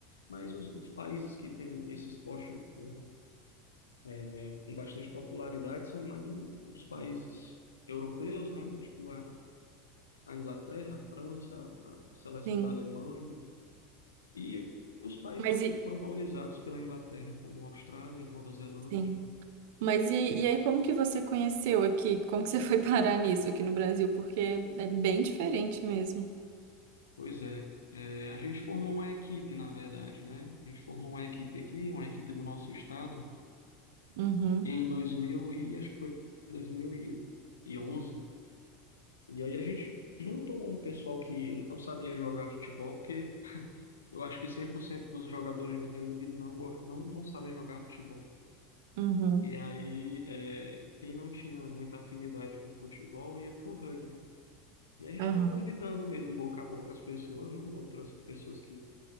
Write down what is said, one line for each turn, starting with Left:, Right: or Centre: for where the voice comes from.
Left: mas os, os países que têm esses postos com, é, com bastante popularidade são mais o- os países europeus, né? Tipo a, a Inglaterra, a França, a seleção
Right: Sim.
Left: da Alemanha e os países
Right: Mas e,
Left: que foram colonizados pela Inglaterra, como Austrália, Nova Zelândia.
Right: sim. Mas e, e aí, como que você conheceu aqui? Como que você <laughs> foi parar nisso aqui no Brasil? Porque é bem diferente mesmo.
Left: Pois é, é, a gente formou uma equipe, na verdade, né? A gente formou uma equipe aqui, uma equipe do nosso estado
Right: Uhum.
Left: em 2000 e acho que foi dois mil E onze e aí a gente juntou um pessoal que não sabia jogar futebol, porque eu acho que 100% dos jogadores de rugby não, gos- não, não sabem jogar futebol.
Right: Uhum.
Left: E aí, é, quem não tinha muita afinidade com futebol ia para o rugby. E a gente
Right: Aham.
Left: foi convidando mesmo, boca a boca, as pessoas, né? Outras pessoas que